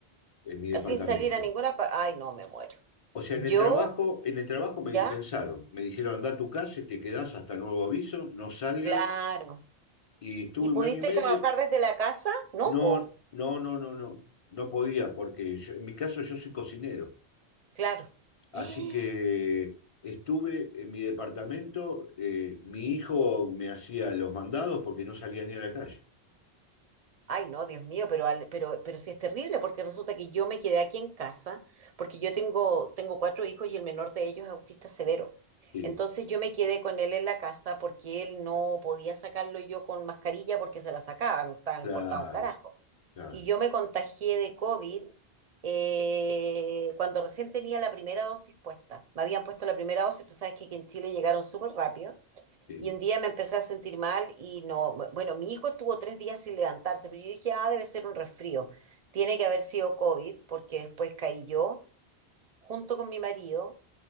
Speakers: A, on the left; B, on the right.
A: en mi departamento.
B: Sin salir a ninguna parte. Ay, no, me muero.
A: O sea,
B: ¿Yo?
A: en el trabajo, en el trabajo me
B: ¿Ya?
A: dispensaron. Me dijeron, anda a tu casa y te quedás hasta nuevo aviso, no salgas.
B: Claro.
A: Y estuve
B: ¿Y pudiste
A: un año y medio.
B: trabajar desde la casa? No,
A: No,
B: po,
A: no, no, no, no. No podía, porque yo- en mi caso yo soy cocinero.
B: claro.
A: Así
B: <gasps>
A: que estuve en mi departamento. eh, mi hijo me hacía los mandados porque no salía ni a la calle.
B: Ay, no, Dios mío, pero, al- pero, pero sí es terrible porque resulta que yo me quedé aquí en casa porque yo tengo, tengo cuatro hijos y el menor de ellos es autista severo.
A: Sí,
B: Entonces yo me quedé con él en la casa porque él no podía sacarlo yo con mascarilla porque se la sacaba, no estaba
A: claro,
B: importado un carajo.
A: claro.
B: Y yo me contagié de COVID eh, cuando recién tenía la primera dosis puesta. Me habían puesto la primera dosis, tú sabes que aquí en Chile llegaron súper rápido.
A: sí,
B: Y un día me empecé a sentir mal y no, bueno, mi hijo estuvo tres días sin levantarse, pero yo dije, ah, debe ser un resfrío. Tiene que haber sido COVID porque después caí yo junto con mi marido